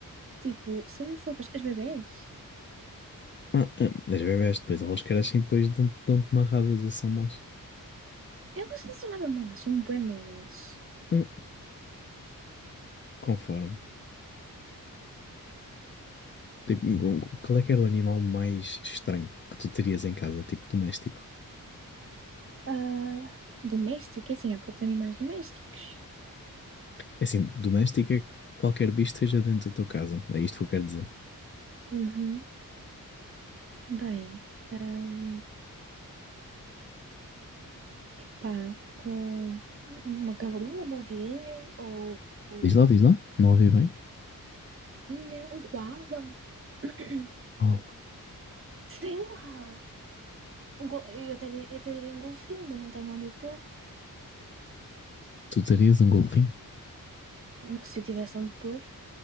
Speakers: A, on the right; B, on the left.
A: Tipo, são mesmo fofas. As bebés,
B: Ah, ah, As bebés depois, elas crescem e depois dão- dão-te marradas e são más.
A: elas não são nada más, são bué meias.
B: Hum, Conforme. Tipo, um- um, qual é que era o animal mais estranho que tu terias em casa, tipo doméstico?
A: Ah, doméstica, é assim, há poucos animais domésticos.
B: É Assim, doméstico é qualquer bicho que esteja dentro da tua casa. É isto que eu quero dizer.
A: Uhum. Bem, ahm, pá, ah, uma cavalinha, uma ovelhinha, ou ou
B: Diz lá, diz lá. Não ouvi bem.
A: ovelhinha, um koala, <coughs> <clears throat>
B: Oh,
A: sei lá. Um go- eu até, diria- eu até diria um golfinho, mas não tenho onde o pôr.
B: tu terias um golfinho?
A: Se eu tivesse onde pôr,